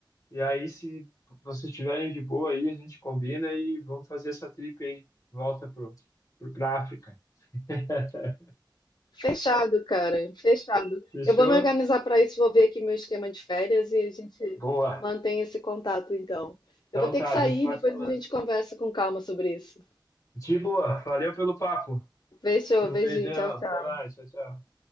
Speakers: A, on the left; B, on the left.
A: e aí, se vocês estiverem de boa aí, a gente combina e vamos fazer essa trip aí, de volta pro, pro, pra África. <laughs>
B: Fechado, cara, fechado.
A: Fechou?
B: Eu vou me organizar para isso, vou ver aqui meu esquema de férias e a gente
A: Boa.
B: mantém esse contato então.
A: Então
B: Eu vou ter
A: tá,
B: que
A: a
B: sair,
A: gente vai
B: depois
A: falando.
B: a gente conversa com calma sobre isso.
A: De boa. Valeu pelo papo.
B: Fechou,
A: <laughs> Um
B: beijinho,
A: beijão.
B: tchau, tchau.
A: Até mais. Tchau, tchau.